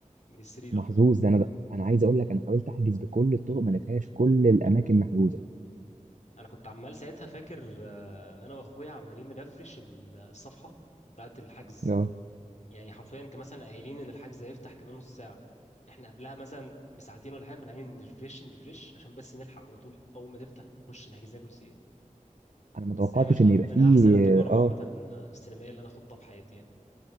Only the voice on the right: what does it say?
محظوظ
ده انا انا عايز اقول لك انا حاولت احجز بكل الطرق ما لقيتهاش كل الاماكن محجوزه
اه
انا ما توقعتش
ان يبقى
فيه
اه